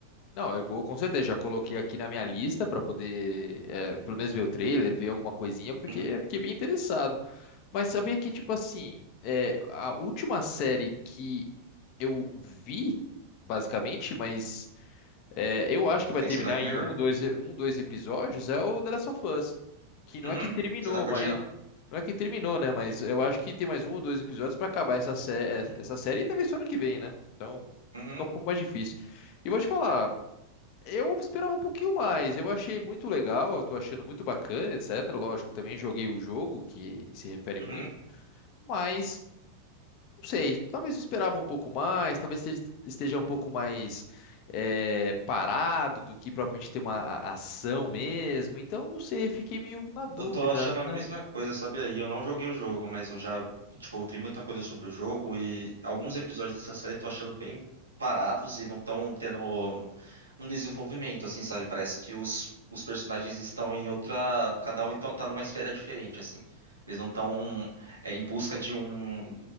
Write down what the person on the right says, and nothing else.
Uhum.
Tem
que ser Black Mirror.
Uhum.
Você tá curtindo?
Uhum.
Uhum.
Uhum.
Eu tô achando a
mesma coisa, sabe? aí? Eu não joguei o jogo, mas eu já, tipo, vi muita coisa sobre o jogo e alguns episódios dessa série eu tô achando bem parados e não estão tendo. um desenvolvimento, assim, sabe? Parece que os, os personagens estão em outra. Cada um então tá numa esfera diferente, assim. Eles não estão em busca de um.